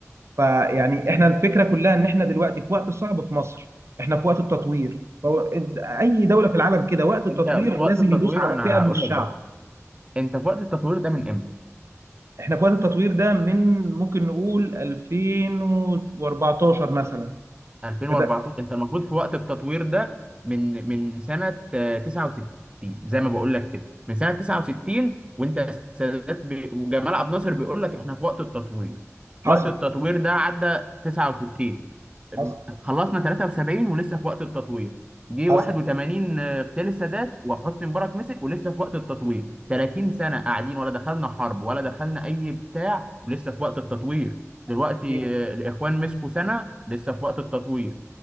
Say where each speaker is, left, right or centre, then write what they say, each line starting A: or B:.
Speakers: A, on the right (about 60°); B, on the right (about 20°).
A: فيعني احنا الفكره كلها ان احنا دلوقتي في وقت صعب في مصر احنا في وقت التطوير فهو- اي دوله في العالم كده وقت التطوير
B: أنت في
A: لازم
B: وقت التطوير
A: يدوس على
B: أنا
A: فئه من
B: هقول
A: الشعب
B: لك بس، أنت في وقت التطوير ده من إمتى؟
A: احنا في وقت التطوير ده من ممكن نقول 2014 مثلا
B: 2014
A: بدأ
B: انت المفروض في وقت التطوير ده من من سنه آه، 69 زي ما بقول لك كده من سنه 69 وانت السادات بي... وجمال عبد الناصر بيقول لك احنا في وقت التطوير وقت
A: حصل
B: التطوير ده عدى 69
A: حصل
B: خلصنا 73 ولسه في وقت التطوير جه
A: حصل
B: 81 آه، اغتيال السادات وحسني مبارك مسك ولسه في وقت التطوير 30 سنة قاعدين ولا دخلنا حرب ولا دخلنا أي بتاع ولسه في وقت التطوير دلوقتي
A: اكيد
B: آه، الإخوان مسكوا سنة لسه في وقت التطوير